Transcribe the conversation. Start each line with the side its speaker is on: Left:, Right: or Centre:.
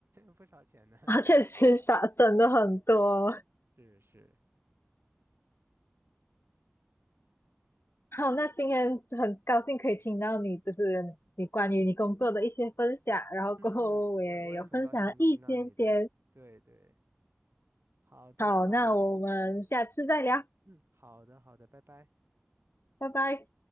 Right: <laughs> 不少钱呢。
Left: 啊，确实省省了很多。
Right: 是是，
Left: 好，那今天很高兴可以听到你，就是你关于你工作的一些分享，然后过后我也有分享了一点点。
Right: 嗯嗯，我我也很高兴能听到你的，对对，好的，
Left: 好，
Right: 那我们，
Left: 那我们下次再聊，
Right: 嗯，好的好的，拜拜。
Left: 拜拜。